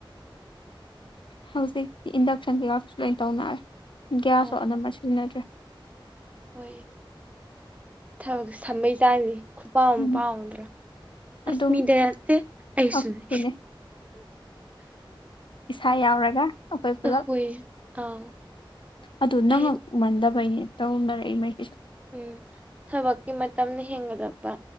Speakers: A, on the left (about 65°); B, on the right (about 15°).
A: ꯍꯧꯖꯤꯛꯇꯤ ꯏꯟꯗꯛꯁꯟ ꯀꯩꯀꯥꯇꯨꯁꯨ ꯂꯣꯏꯟ ꯇꯧꯅꯔꯦ ꯒ꯭ꯌꯥꯁꯁꯨ
B: ꯑꯥ
A: ꯑꯅꯝꯕ ꯁꯤꯖꯤꯟꯅꯗ꯭ꯔꯦ
B: ꯍꯣꯏ ꯊꯛ ꯁꯝꯕꯩ ꯆꯥꯡꯖꯦ ꯈꯨꯠꯄꯥꯛꯃꯨꯛ
A: ꯎꯝ
B: ꯄꯥꯝꯑꯝꯗ꯭ꯔꯥ ꯑꯁ
A: ꯑꯗꯨꯝ
B: ꯃꯤꯗ ꯅꯠꯇꯦ ꯑꯩꯁꯨꯅꯦ
A: ꯑꯩꯈꯣꯏꯅꯦ ꯏꯁꯥ ꯌꯥꯎꯔꯒ ꯑꯈꯣꯏ ꯄꯨꯂꯞ
B: ꯑꯩꯈꯣꯏ ꯑꯥ
A: ꯑꯗꯨ ꯅꯪꯉꯛ
B: ꯑꯩ
A: ꯃꯟꯗꯕꯩꯅꯦ ꯇꯧꯅꯔꯛꯏꯃꯩꯗꯨꯁꯨ
B: ꯎꯝ ꯊꯕꯛꯀꯤ ꯃꯇꯝꯅ ꯍꯦꯟꯒꯠꯂꯛꯄ